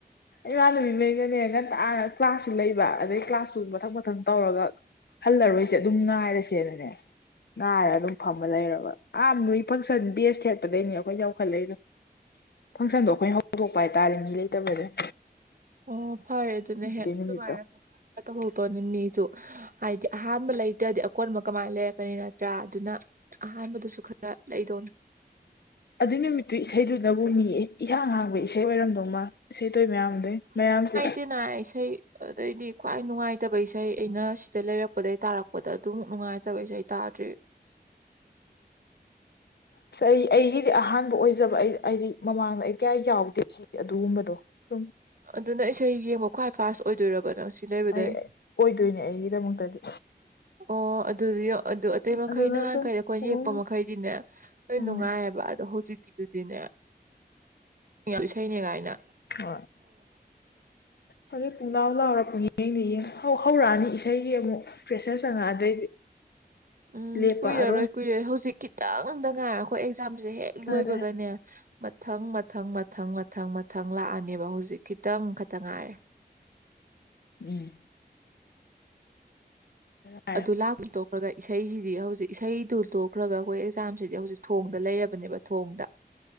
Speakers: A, on the left (about 80°); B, on the right (about 55°).
A: ꯏꯃꯥꯟꯅꯕꯤ ꯃꯩ ꯒꯅꯦ ꯉꯟꯇꯥ ꯀ꯭ꯂꯥꯁꯁꯨ ꯂꯩꯕ ꯑꯗꯩ ꯀ꯭ꯂꯥꯁꯇꯨ ꯃꯊꯪ ꯃꯊꯪ ꯇꯧꯔꯒ ꯍꯜꯂꯔꯣꯏꯁꯦ ꯑꯗꯨꯝ ꯉꯥꯏꯔꯁꯦꯅꯅꯦ ꯉꯥꯏꯔꯒ ꯑꯗꯨꯝ ꯐꯝꯃ ꯂꯩꯔꯕ ꯑꯥ ꯅꯣꯏ ꯐꯪꯁꯟ ꯕꯦꯁ ꯊꯦꯠꯄꯗꯩꯅꯦ ꯑꯩꯈꯣꯏꯅ ꯌꯧꯈꯠꯂꯛꯏꯗꯣ ꯐꯪꯁꯟꯗꯣ ꯑꯩꯈꯣꯏꯅ ꯍꯧꯗꯣꯛꯄ ꯍꯥꯏꯇꯥꯔꯦ ꯃꯤ ꯂꯩꯇꯕꯗꯩ
B: ꯑꯣ ꯐꯔꯦ ꯑꯗꯨꯅ ꯍꯦꯛ
A: ꯅꯨꯃꯤꯠꯇꯣ
B: ꯑꯗꯨꯃꯥꯏꯅꯁꯨ ꯈꯔ ꯈꯔ ꯇꯧꯍꯧꯗꯣꯅꯤ ꯃꯤꯖꯨ ꯍꯥꯏꯗꯤ ꯑꯍꯥꯟꯕ ꯂꯩꯇ꯭ꯔꯗꯤ ꯑꯀꯣꯟꯕ ꯀꯃꯥꯏꯅ ꯂꯩꯔꯛꯀꯅꯤ ꯅꯠꯇ꯭ꯔꯥ ꯑꯗꯨꯅ ꯑꯍꯥꯟꯕꯗꯨꯁꯨ ꯈꯔ ꯂꯩꯗꯧꯅꯤ
A: ꯑꯗꯨꯏ ꯅꯨꯃꯤꯠꯇꯨ ꯏꯁꯩꯗꯨꯅꯕꯨ ꯃꯤ ꯏꯍꯥꯡ ꯍꯥꯡꯕ ꯏꯁꯩ ꯑꯣꯏꯔꯝꯗꯧꯃ ꯏꯁꯩ ꯇꯣꯏ ꯃꯌꯥꯝꯗꯩ ꯃꯌꯥꯝꯁꯤ
B: ꯄꯦꯅꯥ ꯏꯁꯩ ꯑꯗꯩꯗꯤ ꯈ꯭ꯋꯥꯏ ꯅꯨꯡꯉꯥꯏ__ ꯇꯕ ꯏꯁꯩ ꯑꯩꯅ ꯁꯤꯗ ꯂꯩꯔꯛꯄꯗꯩ ꯇꯥꯔꯛꯄꯗ ꯑꯗꯨꯃꯨꯛ ꯅꯨꯡꯉꯥꯏꯇꯕ ꯏꯁꯩ ꯇꯥꯗ꯭ꯔꯤ
A: ꯑꯁ ꯑꯩ ꯑꯩꯒꯤꯗꯤ ꯑꯍꯥꯟꯕ ꯑꯣꯏꯖꯕ ꯑꯩ ꯑꯩꯗꯤ ꯃꯃꯥꯡꯗ ꯑꯩ ꯀꯌꯥ ꯌꯥꯎꯗꯦ ꯑꯗꯨꯒꯨꯝꯕꯗꯣ ꯁꯨꯝ
B: ꯑꯗꯨꯅ ꯏꯁꯩ ꯌꯦꯡꯕ ꯈ꯭ꯋꯥꯏ ꯐꯥꯁ ꯑꯣꯏꯗꯣꯏꯔꯕ ꯅꯪ ꯁꯤ ꯂꯩꯕꯗꯩ
A: ꯑꯩ ꯑꯣꯏꯗꯣꯏꯅꯦ ꯑꯩꯒꯤꯗꯃꯛꯇꯗꯤ
B: ꯑꯣ ꯑꯗꯨꯗꯤꯌꯣ ꯑꯗꯨ ꯑꯇꯩ ꯃꯈꯩ
A: ꯑꯗꯨꯅ
B: ꯅꯍꯥꯟꯈꯩ
A: ꯑꯗꯨꯝ
B: ꯑꯩꯈꯣꯏꯅ
A: ꯎꯝ
B: ꯌꯦꯡꯉꯛꯄ ꯃꯈꯩꯗꯤꯅꯦ ꯂꯣꯏ
A: ꯎꯝ
B: ꯅꯨꯡꯉꯥꯏꯌꯦꯕ ꯑꯗꯣ ꯍꯧꯖꯤꯛꯀꯤꯗꯨꯗꯤꯅꯦ ꯏꯁꯩꯅꯦꯒꯥꯏꯅ
A: ꯍꯣꯏ ꯍꯧꯖꯤꯛ ꯄꯨꯡꯂꯥꯎ ꯂꯥꯎꯔ ꯄꯨꯡꯌꯦꯡꯗ ꯌꯦꯡ ꯍꯧ ꯍꯧꯔꯛꯑꯅꯤ ꯏꯁꯩꯒꯤ ꯑꯃꯨꯛ ꯐ꯭ꯔꯦꯁꯔ ꯆꯪꯉꯛꯑꯗꯩꯗꯤ
B: ꯎꯝ
A: ꯂꯦꯞꯄꯛꯑꯔꯣꯏ
B: ꯀꯨꯏꯔꯔꯣꯏ ꯀꯨꯏꯔꯣꯏ ꯍꯧꯖꯤꯛ ꯈꯤꯇꯪꯗ ꯉꯥꯏꯔ ꯑꯩꯈꯣꯏ ꯑꯦꯛꯖꯥꯝꯁꯦ ꯍꯦꯛ ꯂꯣꯏꯕꯒꯅꯦ
A: ꯌꯥꯔꯦ
B: ꯃꯊꯪ ꯃꯊꯪ ꯃꯊꯪ ꯃꯊꯪ ꯃꯊꯪ ꯂꯥꯛꯑꯅꯦꯕ ꯍꯧꯖꯤꯛ ꯈꯤꯇꯪ ꯈꯛꯇ ꯉꯥꯏꯔꯦ
A: ꯎꯝ ꯐꯥꯔꯥ
B: ꯑꯗꯨ ꯂꯥꯛꯄ ꯇꯣꯛꯈ꯭ꯔꯒ ꯏꯁꯩꯖꯤꯗꯤ ꯍꯧꯖꯤꯛ ꯏꯁꯩꯗꯨ ꯇꯣꯛ ꯈ꯭ꯔꯒ ꯑꯩꯈꯣꯏ ꯑꯦꯛꯖꯥꯝꯁꯤꯗꯤ ꯍꯧꯖꯤꯛ ꯊꯣꯡꯗ ꯂꯩꯔꯕꯅꯦꯕ ꯊꯣꯡꯗ